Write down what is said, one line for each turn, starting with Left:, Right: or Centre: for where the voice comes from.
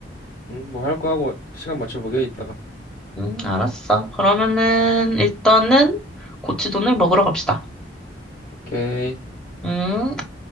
Left: 음, 뭐 할 거 하고 시간 맞춰보게 이따가.
Centre: 응, 알았어. 그러면은, 일단은, 고치돈을 먹으러 갑시다.
Left: 오케이.
Centre: 응?